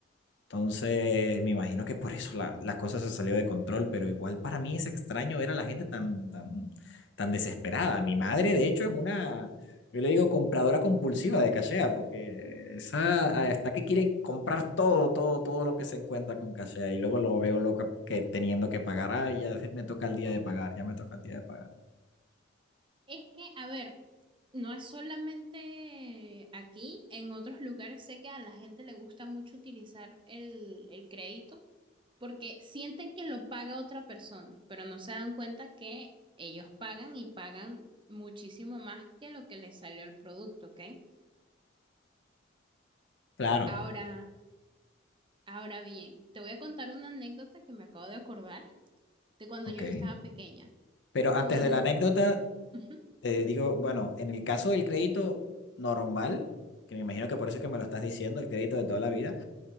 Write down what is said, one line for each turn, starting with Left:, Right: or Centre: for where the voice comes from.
Left: Entonces, me imagino que por eso la- las cosas se salió de control, pero igual para mí es extraño ver a la gente tan, tan, tan desesperada. Mi madre, de hecho, es una, yo le digo, compradora compulsiva de cachea, porque esa ah, está que quiere comprar todo, todo, todo lo que se encuentra con cachea, y luego lo veo loca que teniendo que pagar, ay, ya me toca el día de pagar, ya me toca el día de pagar.
Right: Es que, a ver, no es solamente aquí, en otros lugares sé que a la gente le gusta mucho utilizar el, el crédito porque sienten que lo paga otra persona, pero no se dan cuenta que ellos pagan y pagan muchísimo más que lo que les salió el producto, ¿ok?
Left: Claro,
Right: Ahora, ahora bien, te voy a contar una anécdota que me acabo de acordar de cuando
Left: ok.
Right: yo estaba pequeña.
Left: Pero
Right: Cuando...
Left: antes de la anécdota,
Right: Uh-huh.
Left: Te digo, bueno, en el caso del crédito normal, que me imagino que por eso es que me lo estás diciendo, el crédito de toda la vida,